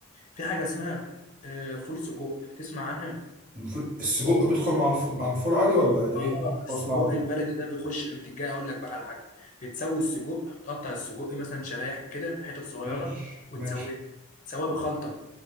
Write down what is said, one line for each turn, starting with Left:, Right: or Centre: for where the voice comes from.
Left: في حاجة اسمها آه، فول سجق تسمع عنها؟
Right: الفول- السجق بيدخل مع الفول مع الفول عادي ولا ده
Left: اه
Right: ايه؟ أنا أول
Left: السجق
Right: مرة اسمعها.
Left: البلدي ده بيخش بتجي اقول لك بقى على حاجة بتسوي السجق تقطع السجق مثلا شرايح كده حتت صغيرة
Right: ماشي
Left: وتسويه
Right: ماشي
Left: تسويه بخلطة